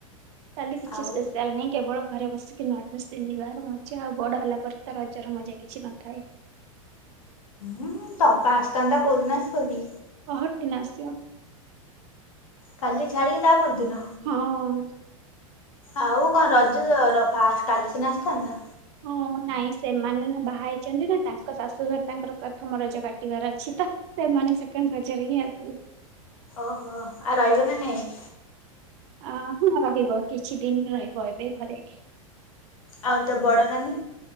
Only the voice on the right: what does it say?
କାଲି କିଛି
ସ୍ପେଶାଲ ନାହିଁ କେବଳ ଘରେ ବସିକି ନୂଆ ଡ୍ରେସ ପିନ୍ଧିବାର ମଜା ଆଉ ବଡ ହେଲା ପରେ ତ ରଜର ମଜା କିଛି ନଥାଏ।
ପହର ଦିନଆସିବ।
ହଁ
ହଁ ନାଇଁ ସେମାନେ ନା ବାହା ହେଇଛନ୍ତି ନା ତାଙ୍କ ଶାଶୁଘର ତାଙ୍କର ପ୍ରଥମ ରଜ କାଟିବାର ଅଛି ତ ସେମାନେ ସେକେଣ୍ଡ ରଜରେ ହିଁ ଆସିବେ।
ଅ ହଁ ରହିବ କିଛି ଦିନ ରହିବ ଏବେ ଘରେ।